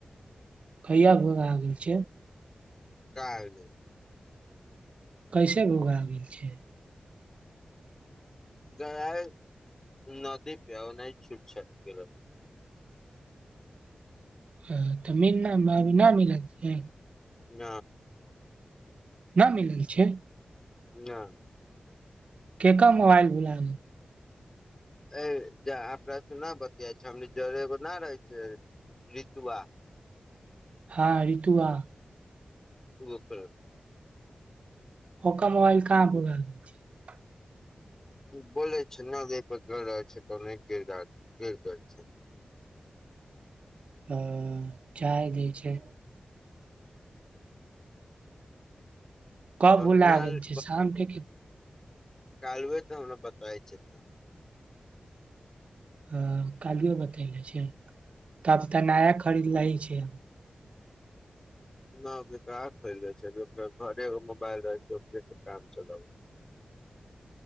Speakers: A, on the right (about 70°); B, on the left (about 25°).
A: कहिया भुला गेल छै
B: कैल
A: कैसे भोला आ गेल छै
B: गय नदी पिहना छूट छैट गेल
A: ह त मीन न मिल छै <inaudible>
B: न
A: न मिलिल छै
B: ना
A: केकर मोबाइल भुला
B: ऐ अपने ज न बतिया छै हमनि जरे एगो ना रहै छै रऋतुआ
A: हँ ऋतुआ
B: ओकर
A: ओका मोबाइल कहाँ भोगा द छै
B: बोल छै न देपद गर रह छै त नहि गर गिर गर छै <inaudible>
A: ह जाय द छै कब
B: नाल
A: भुला गेल छै शामके
B: कालबे तऽ हमरा बताबै छै त
A: ह कालियो बतेले छै तब तऽ नया खरीद ल छै
B: न अभी ता खरि दै छै अभी ओ घरे एगो मोबाइल रहै छै ओकरे से काम चलाबैत छै <inaudible>